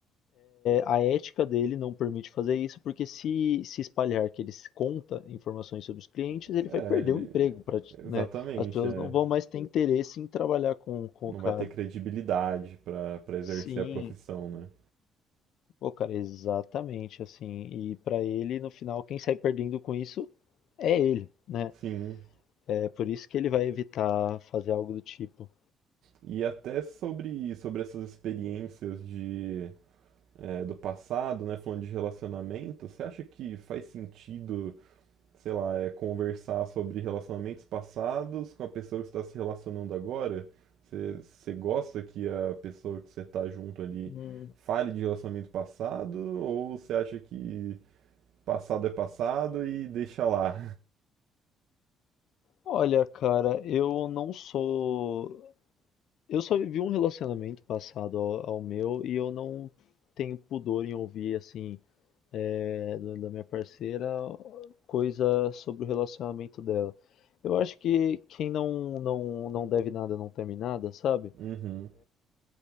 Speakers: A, on the left; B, on the right.
A: A ética dele não permite fazer isso, porque se se espalhar que ele se conta informações sobre os clientes,
B: <laughs>
A: ele
B: É,
A: vai perder
B: ele-
A: o emprego, prati-
B: exatamente,
A: né? As pessoas
B: é.
A: não vão mais ter interesse em trabalhar com, com
B: não
A: o cara.
B: vai ter credibilidade para para exercer
A: Sim,
B: a profissão, né?
A: pô, cara, exatamente assim. E pra ele, no final, quem sai perdendo com isso é ele, né?
B: Sim.
A: É por isso que ele vai evitar fazer algo do tipo.
B: E até sobre, sobre essas experiências de, é, do passado, né? Falando de relacionamento, você acha que faz sentido, sei lá, é, conversar sobre relacionamentos passados com a pessoa que está se relacionando agora? Você, você gosta que a pessoa que você está junto ali
A: Hum,
B: fale de relacionamento passado? Ou você acha que passado é passado e deixa lá?
A: olha, cara, eu não sou. Eu só vivi um relacionamento passado ao, ao meu e eu não tenho pudor em ouvir, assim, eh, da da minha parceira, coisa sobre o relacionamento dela. Eu acho que quem não, não, não deve nada não teme nada, sabe?
B: Uhum.